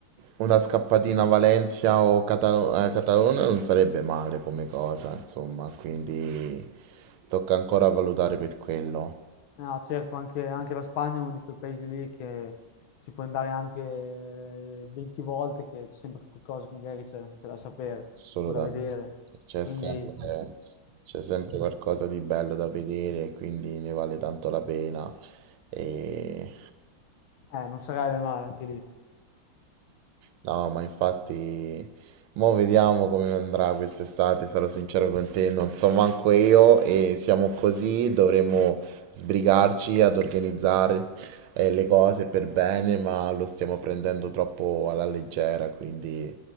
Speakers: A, on the right; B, on the left.
A: una scappatina a Valencia o Catalo- eh, Catalona non sarebbe male come cosa, insomma, quindi tocca ancora valutare per quello.
B: No, certo, anche, anche la Spagna è uno di quei paesi lì che ci puoi andare anche eh, 20 volte, che c'è sempre qualcosa che magari c'è c'è da sapere
A: Assolutamente,
B: o da vedere.
A: c'è
B: Quindi
A: sempre, c'è sempre qualcosa di bello da vedere, quindi ne vale tanto la pena. E...
B: eh, non sarebbe male anche lì.
A: No, ma infatti, mo vediamo come andrà quest'estate, sarò sincero con te, non so manco io e siamo così, dovremo sbrigarci ad organizzare eh, le cose per bene, ma lo stiamo prendendo troppo alla leggera, quindi